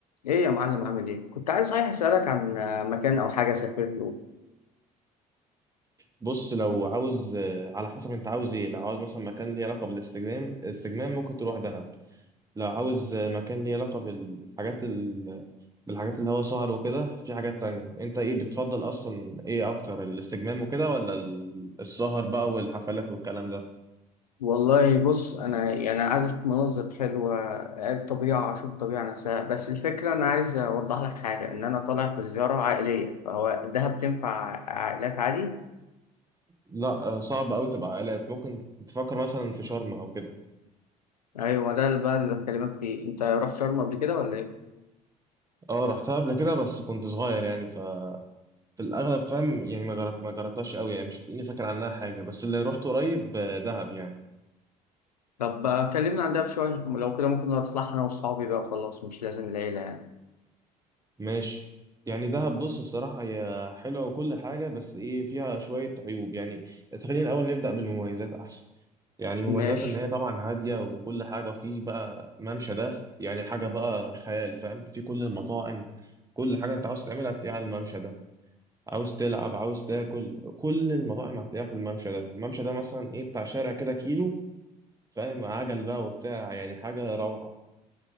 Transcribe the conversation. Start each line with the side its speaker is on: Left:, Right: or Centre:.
Left: ايه يا معلم عامل ايه كنت عايز صحيح اسالك عن آه، مكان او حاجه اسافر له
Right: بص لو عاوز آه، على حسب انت عاوز ايه لو عاوز مثلا مكان ليه علاقه بالاستجمام الاستجمام ممكن تروح دهب لو عاوز آه، مكان ليه علاقه بالحاجات ال... بالحاجات اللي هو سهر وكده في حاجات تانية انت ايه بتفضل اصلا ايه اكتر الاستجمام وكده ولا ال- السهر بقى والحفلات والكلام ده
Left: والله بص انا يعني عايز اشوف مناظر حلوه آه، الطبيعه اشوف الطبيعه نفسها بس الفكره انا عايز اوضح لك حاجه ان انا طالع في زياره عائليه فهو دهب تنفع عائلات عادي
Right: لا آه، صعب قوي تبقى عائلات ممكن تفكر مثلا في شرم او كده
Left: ايوه ده اللي بقى اللي بكلمك فيه انت رحت شرم قبل كده ولا ايه
Right: اه رحتها قبل كده بس كنت صغير يعني ف في الاغلب فاهم يعني ما جرب... ما جربتهاش قوي يعني مش هتلاقيني فاكر عنها حاجه بس اللي رحت قريب آه، دهب يعني
Left: طب آه، كلمنا عن دهب شويه لو كده ممكن نطلع انا واصحابي بقى وخلاص مش لازم العيله يعني
Right: ماشي يعني دهب بص الصراحة هي حلوة وكل حاجة بس إيه فيها شوية عيوب يعني خلينا الأول نبدأ بالمميزات أحسن يعني مميزات
Left: ماشي
Right: إن هي طبعا هادية وكل حاجة وفيه بقى ممشى ده يعني حاجة بقى خيال فاهم في كل المطاعم كل حاجة أنت عاوز تعملها هتلاقيها على الممشى ده عاوز تلعب عاوز تاكل كل المطاعم هتلاقيها في الممشى ده الممشى ده مثلا إيه بتاع شارع كده كيلو فاهم عجل بقى وبتاع يعني حاجة روعة